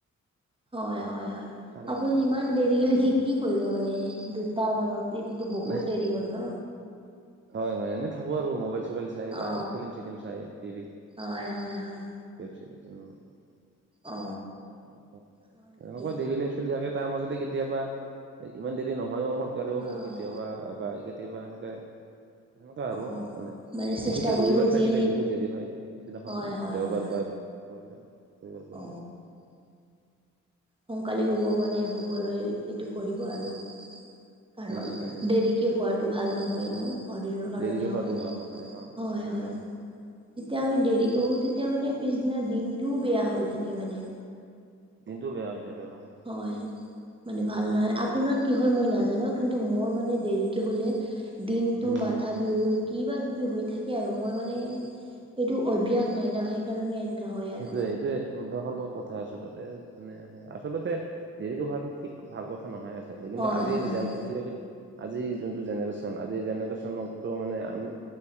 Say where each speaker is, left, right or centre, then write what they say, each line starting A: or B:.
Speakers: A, on the right (about 15°); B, on the right (about 35°).
A: হয় হয় হয়
B: চাৰে
A: আপুনি
B: আঠটা
A: ইমান দেৰিলৈ কি
B: দেৰি
A: কি
B: হয়
A: কৰিব মানে দুটা মানত এইটোতো বহুত
B: নাই
A: দেৰি হ'ল ন
B: হয় হয় এনে থাকো আৰু মোবাইল চবাইল চাই
A: অ
B: বা ফিলিম চিলিম চাই টিভিত
A: হয় হয় হয়
B: এনেকোৱা
A: অ হয় নেকি
B: দেৰিলে চলি থাকে তাৰ মাজতে কেতিয়াবা ইমান দেৰি নহয়ও সোনকালেও শুও
A: হয়
B: কেতিয়াবা বা একে কেতিয়াবা এনেকে এনেকা আৰু
A: অ
B: মানে
A: চেষ্টা
B: বিশেষকে
A: কৰিব
B: ৰবিবাৰ থাকিলে
A: যি
B: বহুত দেৰি হয় পিছদিনাখন
A: হয় হয়
B: দেওবাৰ
A: হয়
B: বা কৰিলে কেইবাৰ কৰিলে
A: অ'। সোনকালে শুব মানে শুবলৈ এইটো কৰিব আৰু। কাৰণ
B: নিশ্চয় নিশ্চয়
A: দেৰিকে শুৱাটো ভাল নহয় ন শৰীৰৰ কাৰণেও
B: দেৰিকে খোৱাটো
A: মানে।
B: ভাল নহয় অ সেইটোৱে।
A: হয় হয় যেতিয়া আমি দেৰিকৈ শু তেতিয়া মানে পিছদিনা দিনটোও বেয়া হৈ থাকে মানে।
B: দিনটো বেয়া হৈ থাকে হয়।
A: হয়। মানে ভাল নাই, আপোনাৰ কি হয় মই নাজানো কিন্তু মোৰ মানে দেৰিকৈ শুলে দিনটো
B: উম
A: মাথা বিষ কিবা কিবি হৈ থাকে আৰু মই মানে এইটো অভ্যাস নাই না সে- কাৰণে এনেকা হয়।
B: সেইটোয়ে
A: আৰু
B: এটোয়ে অভ্যাসৰ লগত কথা আচলতে মানে হয়। আচলতে দেৰিকৈ হোৱাটো ঠিক ভাল কথা নহয় আচলতে কিন্তু
A: হয়
B: আজিৰ
A: হয় হয় হয়
B: জেন আজিকালিৰ আজিৰ যোনটো জেনেৰেশ আজিৰ জেনেৰেশনত মানে আমি